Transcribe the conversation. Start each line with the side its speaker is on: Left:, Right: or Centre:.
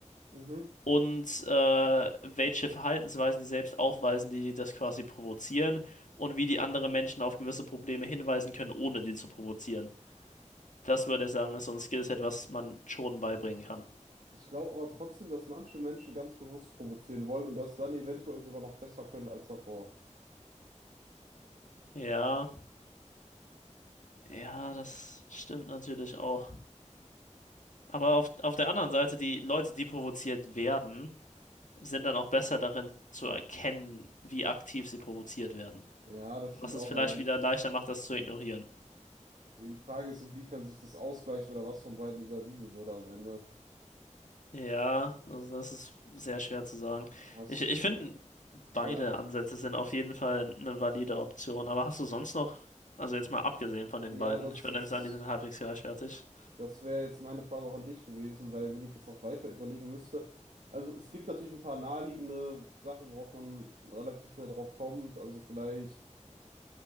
Right: Mhm.
Left: und äh, welche Verhaltensweisen die selbst aufweisen, die das quasi provozieren und wie die anderen Menschen auf gewisse Probleme hinweisen können, ohne die zu provozieren. Das würde ich sagen, ist so ein Skillset, was man schon beibringen kann.
Right: Ich glaube aber trotzdem, dass manche Menschen ganz bewusst provozieren wollen und das dann eventuell sogar noch besser können als davor.
Left: Ja, ja, das stimmt natürlich auch. Aber auf, auf der anderen Seite, die Leute, die provoziert werden, sind dann auch besser darin zu erkennen, wie aktiv sie provoziert werden.
Right: Ja, das
Left: Was
Right: stimmt
Left: es
Right: auch,
Left: vielleicht
Right: aber die,
Left: wieder leichter macht, das zu ignorieren.
Right: die Frage ist, inwiefern sich das ausgleicht oder was von beiden überwiegen würde am Ende.
Left: Ja, also das ist sehr schwer zu sagen.
Right: Hast,
Left: Ich, ich finde, beide
Right: ja,
Left: Ansätze sind auf jeden Fall eine valide Option. Aber hast du sonst noch, also jetzt mal abgesehen von den
Right: ja,
Left: beiden,
Right: das,
Left: ich würde
Right: das,
Left: nämlich sagen, die sind halbwegs gleichwertig.
Right: das wäre jetzt meine Frage auch an dich gewesen, weil wenn ich jetzt noch weiter überlegen müsste, also es gibt natürlich ein paar naheliegende Sachen, worauf man relativ schnell drauf kommt, also vielleicht